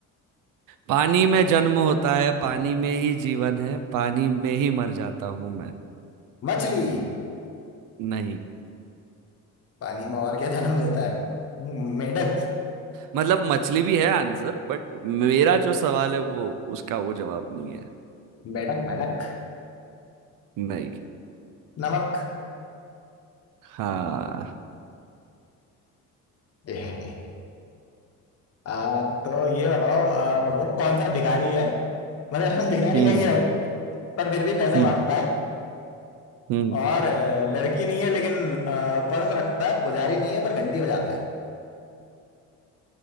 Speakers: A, on the right; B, on the left.
A: पानी में जन्म होता है पानी में ही जीवन है पानी में ही मर जाता हूं मैं
B: मछली
A: नहीं
B: पानी में और क्या जन्म लेता है हम्म, मेढक
A: मतलब मछली भी है आंसर बट मेरा जो सवाल है वो उसका वो जवाब नहीं है
B: मेढक मेढक
A: नहीं
B: नमक
A: हाँ
B: <laughs> आ, तो ये बताओ आ, वो कौन सा भिखारी है मतलब <laughs> भिखारी
A: हम्म
B: नहीं है वो पर फिर भी पैसे
A: हम्म
B: मांगता है
A: हम्म
B: और आ, लड़की नहीं है लेकिन आ, पर्स रखता है पुजारी नहीं है पर घंटी बजाता है